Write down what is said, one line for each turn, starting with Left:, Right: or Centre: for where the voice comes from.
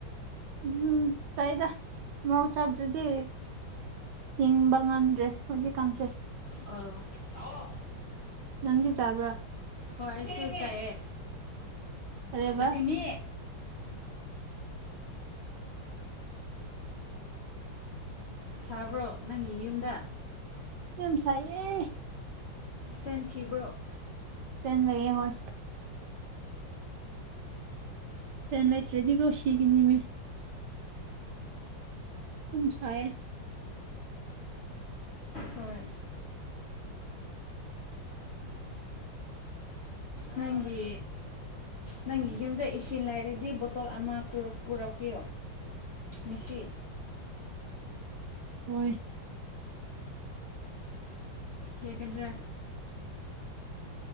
Right: ꯎꯝ ꯆꯗ ꯃ ꯆ ꯑꯗꯨꯗꯤ ꯍꯤꯡꯕ ꯉꯝꯗ꯭ꯔꯦ ꯍꯧꯖꯤꯛꯀꯥꯟꯁꯦ
Left: ꯑꯥ
Right: ꯅꯪꯗꯤ ꯆꯥꯕ꯭ꯔꯥ
Left: ꯍꯣꯏꯁꯨ ꯆꯥꯏꯌꯦ
Right: ꯀꯔꯦꯕ
Left: ꯂꯛꯀꯅꯤ ꯁꯥꯕ꯭ꯔꯣ ꯅꯪꯒꯤ ꯌꯨꯝꯗ
Right: ꯌꯥꯝꯦꯝꯁꯥꯏꯦ
Left: ꯐꯦꯟꯤꯕ꯭ꯔꯣ
Right: ꯄ ꯂꯩꯌꯦ ꯍꯣꯏ ꯆꯦꯟꯥꯏꯇꯔꯦꯗꯤꯒꯣꯁꯤꯤꯒꯅꯤꯃꯤ ꯎꯝꯁꯑ
Left: ꯍꯣꯏ ꯅꯪꯒꯤ ꯅꯪꯒꯤ ꯌꯨꯝꯗ ꯏꯁꯤꯡ ꯂꯩꯥꯏꯔꯗꯤ ꯕꯣꯇꯣꯜ ꯑꯃꯔꯛꯄꯤ
Right: <inaudible>
Left: ꯃꯁꯤꯁꯤ
Right: ꯍꯣꯏ
Left: ꯀꯦꯀꯗ꯭ꯔꯦ